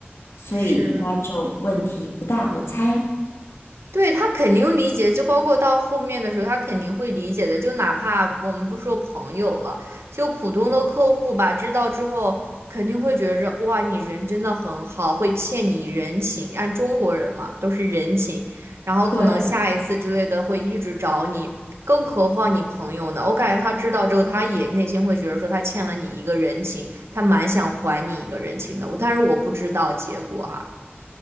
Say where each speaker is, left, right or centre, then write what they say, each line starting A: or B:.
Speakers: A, on the left; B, on the right.
A: 所以应该就问题不大，
B: 是。
A: 我猜。
B: 对，他肯定理解，就包括到后面的时候，他肯定会理解的。就哪怕我们不说朋友了，就普通的客户吧，知道之后肯定会觉着哇，你人真的很好，会欠你人情。按中国人嘛，都是人情，然后可能下一次之类的会一直找你，
A: 对。
B: 更何况你朋友呢？我感觉他知道之后，他也内心会觉得说他欠了你一个人情，他蛮想还你一个人情的。但是我不知道结果哈。